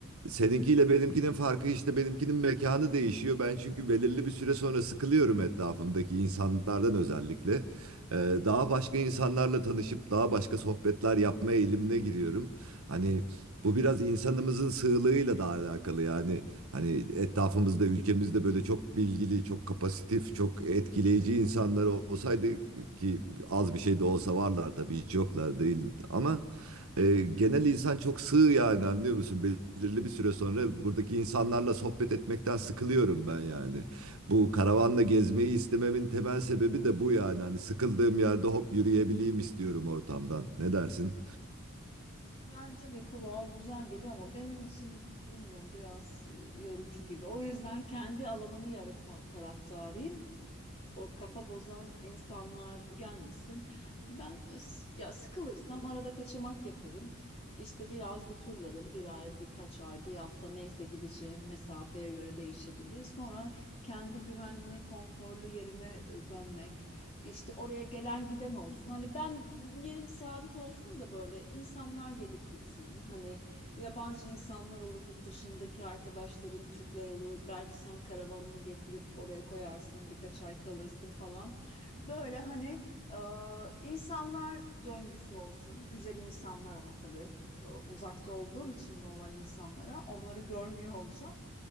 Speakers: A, on the right; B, on the left.
A: Seninkiyle benimkinin farkı işte benimkinin mekanı değişiyor. Ben çünkü belirli bir süre sonra sıkılıyorum etrafımdaki insanlardan özellikle. Ee, daha başka insanlarla tanışıp daha başka sohbetler yapma eğilimine giriyorum. Hani bu biraz insanımızın sığlığıyla da alakalı yani. Hani etrafımızda, ülkemizde böyle çok bilgili, çok kapasitif, çok etkileyici insanlar olsaydı ki az bir şey de olsa varlar tabii hiç yoklar değil ama e, genel insan çok sığ yani anlıyor musun? Belirli
B: evet.
A: bir süre sonra buradaki insanlarla sohbet etmekten sıkılıyorum ben yani. Bu karavanla gezmeyi istememin temel sebebi de bu yani. Hani sıkıldığım yerde hop yürüyebileyim istiyorum ortamdan. Ne dersin?
B: Yani tabii kulağa güzel geliyor ama benim için bilmiyorum biraz e, yorucu gibi. O yüzden kendi alanımı yaratma taraftarıyım. o kafa bozan insanlar gelmesin. Ben e, s- ya sıkılırsam arada kaçamak yaparım. İşte biraz bir turlarım, bir ay, birkaç ay, bir hafta neyse gideceğim mesafeye göre değişebilir. Sonra kendi güvenli, konforlu yerime e, dönmek. İşte oraya gelen giden olsun. Hani ben yerim sabit olsun da böyle insanlar gelip gitsin. Hani Yabancı insanlar olur, yurt dışındaki arkadaşlarım Türkler olur. Belki sen karavanını getirip oraya koyarsın, birkaç ay kalırsın falan. Böyle hani e, insanlar döngüsü olsun. Güzel insanlar ama tabii e, uzakta olduğum için normal insanlara onları görmüyor olacağım.